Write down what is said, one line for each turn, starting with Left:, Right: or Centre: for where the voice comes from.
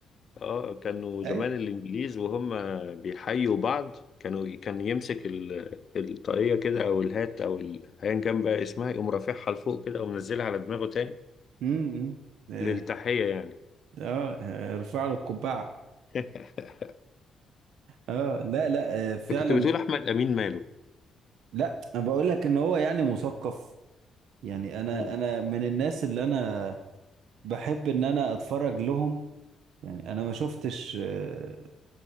Left: اه كانوا زمان
Right: اي
Left: الانجليز وهم بيحيوا بعض كانوا كان يمسك ال- الطاقية كده او الهات او ال- ايا كان بقى اسمها إيه، يقوم رافعها لفوق كده ومنزلها على دماغه تاني
Right: امم اه
Left: للتحية يعني
Right: آه، ارفع له القبعة
Left: <laughs>
Right: اه لا لا آه، فعلا
Left: كنت بتقول أحمد أمين ماله
Right: لا انا بقول لك ان هو يعني مثقف يعني انا
Left: مم.
Right: انا من الناس اللي انا بحب ان انا اتفرج لهم يعني انا ما شفتش آه،